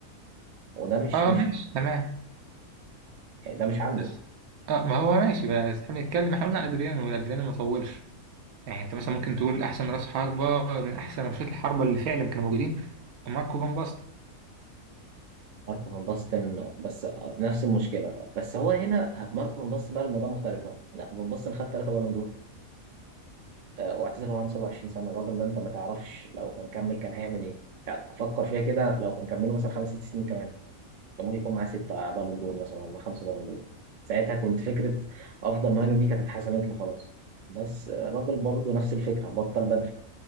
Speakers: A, on the right; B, on the right.
A: وده مش
B: اه
A: مش
B: ماشي تمام
A: يعني ده مش عنده
B: بس اه ما هو ماشي بس احنا بنتكلم احنا قلنا ادريانو والادريانو ما طولش يعني انت مثلا ممكن تقول احسن راس حربة من احسن رشات الحربة اللي فعلا كانوا موجودين ماركو فان باستن
A: ماركو فان باستن بس آه، نفس المشكله بس هو هنا ماركو فان باستن بقى الموضوع مختلف بقى لا فان باستن خد ثلاثه بالون دور آه، واعتزل وهو عنده 27 سنه الراجل ده انت ما تعرفش لو كان كمل كان هيعمل ايه يعني فكر فيها كده لو كان كمله مثلا خمس ست سنين كمان كان ممكن يكون معاه سته بالون دور مثلا ولا خمسه بالون دور ساعتها كنت فكره افضل مهاجم دي كانت اتحسمت له خلاص بس آه، الراجل برضه نفس الفكره بطل بدري